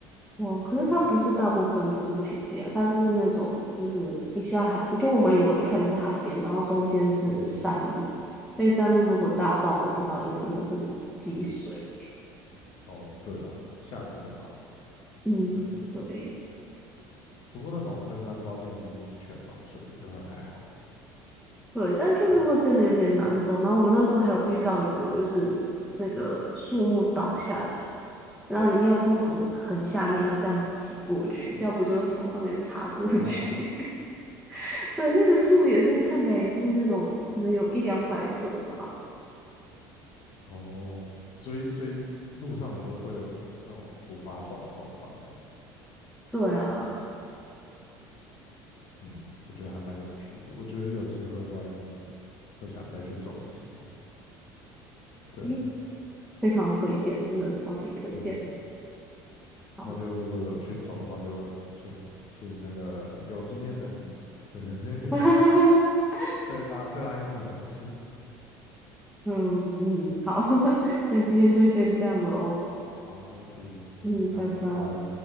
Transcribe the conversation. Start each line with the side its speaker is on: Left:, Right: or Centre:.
Centre: 哦，可是它不是大部分都是平地啊，
Left: 对，
Centre: 它是那种就是一下海，就我们有一开始是海边，然后中间是山路，
Left: 嗯，
Centre: 那山路如果大暴雨的话，就真的很积水。
Left: 哦，对啊，下雨真的麻烦，
Centre: 嗯，
Left: 真的。
Centre: 对
Left: 不过那种登山包基本上都是全防水的，就还还好。
Centre: 对，但就是会变得有点难走。
Left: 对啊，
Centre: 然后我们那时候还有遇到一个，就是那个树木倒下来，然后你要不从很下面要这样挤过去，要不就从上面爬过去。
Left: 跨
Centre: <laughs> 对，那个树也是看起来也是那种可能有一两百岁吧。
Left: <laughs> 哦，所以所以路上很多会有那种突发状况发生。
Centre: 对啊，
Left: 嗯，我觉得还蛮有趣的。我觉得有机会的话，一定会想再去走一次。对啊，
Centre: 嗯非常推荐，真的超级推荐。
Left: 嗯。
Centre: 好，
Left: 那就如果有去走的话，就请请那个有经验的你，就是
Centre: <laughs>
Left: <laughs> 再拉再拉你走一次。
Centre: 嗯嗯，好，<laughs> 那今天就先这样了哦。
Left: 好，没问题，那就这样了，
Centre: 嗯，拜拜。
Left: 拜拜。